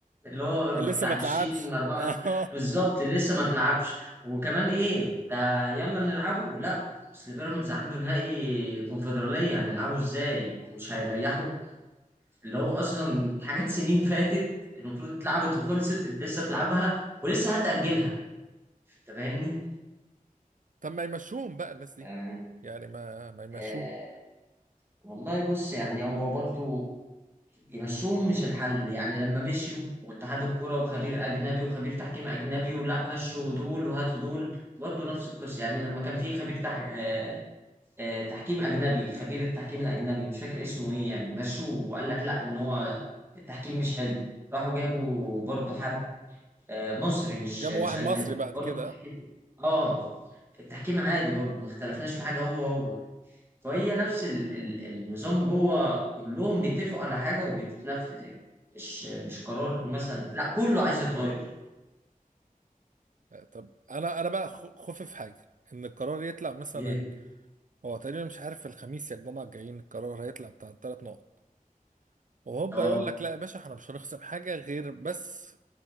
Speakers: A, on the right; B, on the right.
A: اللي هو
B: لسه
A: بتاع
B: ما اتلعبش
A: 20
B: <laughs>
A: 24 بالظبط لسه ما تلعبش وكمان ايه ده يلا نلعبه لا اصل بيراميدز عنده نهائي كونفدرالية هنلعبه ازاي مش هيريحوا اللي هو اصلا في حاجات سنين فاتت المفروض اتلعبت وخلصت انت لسه بتلعبها ولسه هتأجلها انت فاهمني؟
B: طب ما يمشوهم بقى الناس دي
A: يعني
B: يعني ما ما يمشوهم
A: آه والله بص يعني هو برضو يمشوهم مش الحل يعني لما مشيوا واتحاد الكرة وخبير أجنبي وخبير تحكيم أجنبي ولا مشوا دول وهاتوا دول برضو نفس القصة يعني لما كان في خبير تح... آه... آه... تحكيم أجنبي خبير التحكيم الأجنبي مش فاكر اسمه إيه يعني مشوه وقال لك لا إن هو التحكيم مش حلو راحوا جابوا برضو حد آه، مصري مش
B: جابوا
A: مش
B: واحد
A: اجنبي
B: مصري بعد
A: برضه
B: كده
A: التحكيم اه التحكيم عادي برضه ما اختلفناش في حاجه هو هو فهي نفس ال... ال... النظام جوه كلهم بيتفقوا على حاجه وبتتنفذ يعني مش مش قرار مثلا لا كله عايز يتغير
B: طب انا انا بقى خ- خوفي في حاجه ان القرار يطلع مثلا
A: ايه
B: هو تقريبا مش عارف الخميس يا الجمعه الجايين القرار هيطلع بتاع الثلاث نقط وهوبا
A: اه
B: يقول لك لا يا باشا احنا مش هنخصم حاجه غير بس